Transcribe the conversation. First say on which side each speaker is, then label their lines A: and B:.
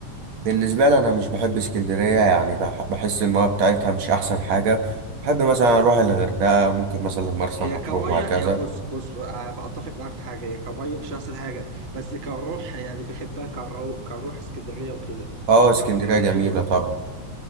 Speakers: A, on the right; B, on the right.
A: بالنسبة لي أنا مش بحب اسكندرية يعني بح- بحس المياه بتاعتها مش أحسن حاجة بحب مثلا أروح الغردقة ممكن مثلا مرسى
B: هي
A: مطروح
B: كمية
A: وهكذا
B: هي بص بص أنا أتفق معاك في حاجة هي كمية مش أحسن حاجة بس كروح يعني بحبها كروح كروح اسكندرية وكده
A: أه اسكندرية
B: كروحها
A: جميلة
B: حلوة
A: طبعا